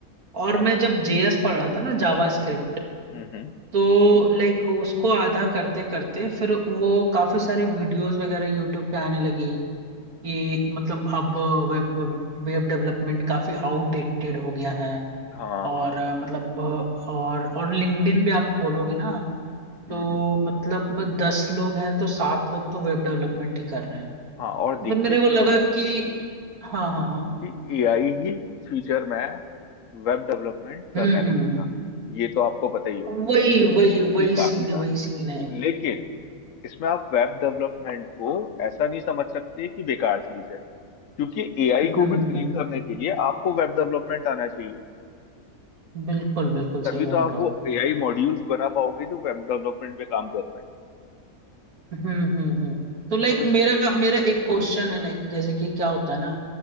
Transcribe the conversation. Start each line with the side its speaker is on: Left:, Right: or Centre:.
Right: और
Left: हाँ जी
Right: मैं जब जेएस पढ़ रहा था ना जावा स्क्रिप्ट
Left: हम्म हम्म
Right: तो लाइक उसको आधा करते करते फिर वो काफी सारे वीडियोस वगैरह यूट्यूब पे आने लगी कि मतलब अब वेब वेब डेवलपमेंट काफी आउटडेटेड हो गया है
Left: हाँ
Right: और
Left: हाँ
Right: अ, मतलब अ, और और लिंक्डइन भी आप खोलोगे ना तो
Left: हम्म हम्म
Right: मतलब दस लोग हैं तो सात लोग तो वेब डेवलपमेंट ही कर रहे हैं
Left: हाँ और
Right: तो
Left: दिक्कत
Right: फिर मेरे को लगा
Left: ये है
Right: कि हाँ हाँ हाँ
Left: कि एआई ही फ्यूचर में वेब डेवलपमेंट करने
Right: हम्म
Left: लगेगा
Right: हम्म हम्म
Left: ये तो आपको पता ही होगा
Right: वही वही वही
Left: ये काफी
Right: सीन
Left: टास्क
Right: है वही सीन है
Left: लेकिन इसमें आप वेब डेवलपमेंट को ऐसा नहीं समझ सकते कि बेकार चीज है क्योंकि एआई
Right: हम्म
Left: को भी ट्रेन
Right: हम्म
Left: करने के लिए आपको वेब डेवलपमेंट आना चाहिए
Right: बिल्कुल बिल्कुल
Left: तभी
Right: सही बोल
Left: तो आप
Right: रहा
Left: वो
Right: हूँ
Left: एआई मॉड्यूल्स बना पाओगे जो वेब डेवलपमेंट पे काम कर पाए
Right: हम्म हम्म हम्म तो लाइक
Left: समझ
Right: मेरा
Left: लो
Right: मेरा एक क्वेश्चन है लाइक जैसे कि क्या होता है ना